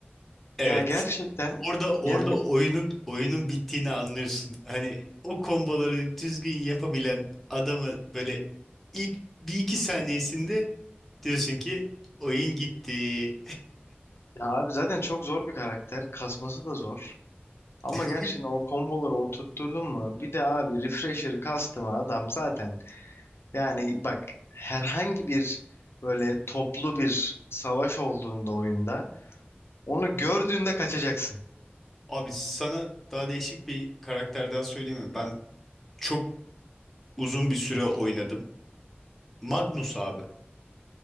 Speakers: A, in the centre; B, on the left (about 85°).
A: Evet.
B: Ya gerçekten
A: Orada orada
B: yani
A: oyunun oyunun bittiğini anlıyorsun. Hani o komboları düzgün yapabilen adamı böyle ilk bir iki saniyesinde diyorsun ki oyun gitti.
B: ya abi zaten çok zor bir karakter. Kasması da zor. Ama
A: <laughs>
B: gerçekten o komboları oturtturdun mu? Bir de abi refresher'ı kastım adam zaten. Yani bak herhangi bir böyle toplu bir savaş olduğunda oyunda onu gördüğünde kaçacaksın.
A: Abi sana daha değişik bir karakter daha söyleyeyim mi? Ben çok uzun bir süre oynadım. Magnus abi.